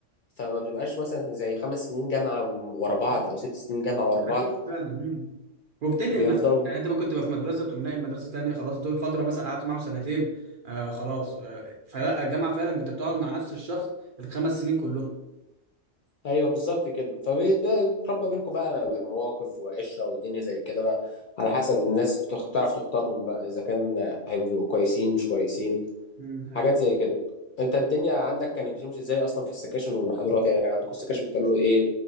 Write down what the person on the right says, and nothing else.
حقيقي فعلا مم. وبتنقل
مدرسه يعني انت ممكن تبقى في مدرسه تقوم ناقل مدرسه تانيه خلاص دول فتره مثلا قعدت معاهم سنتين آه خلاص آه فلا الجامعه فعلا انت بتقعد مع نفس الشخص الخمس سنين كلهم
امم